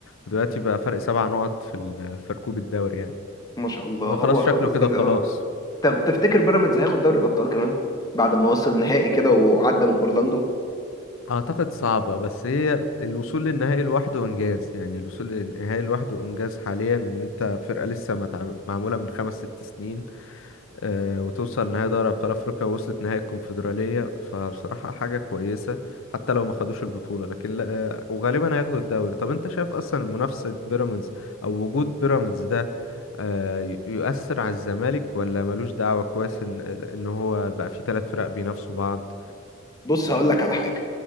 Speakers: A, on the left; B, on the left.
A: ودلوقتي بقى فرق سبع نقط في ال- في ركوب الدوري يعني
B: ما شاء الله
A: هو خلاص
B: هو
A: شكله
B: خلاص
A: كده
B: كده
A: خلاص
B: اه طب تفتكر بيراميدز هياخد دوري الابطال كمان بعد ما وصل نهائي كده وعدى من اورلاندو
A: اعتقد صعبة بس هي الوصول للنهائي لوحده انجاز يعني الوصول للنهائي لوحده انجاز حاليا ان انت فرقة لسه ما اتعم- معمولة من خمس ست سنين آه، وتوصل نهائي دوري ابطال افريقيا ووصلت نهائي الكونفدرالية فبصراحة حاجة كويسة حتى لو ما خدوش البطولة لكن لا آه، وغالبا هياخدوا الدوري طب انت شايف اصلا منافسة بيراميدز او وجود بيراميدز ده آه، ي- يؤثر على الزمالك ولا ملوش دعوة كويس ان ان هو بقى فيه ثلاث فرق بينافسوا بعض
B: بص هقول لك على حاجه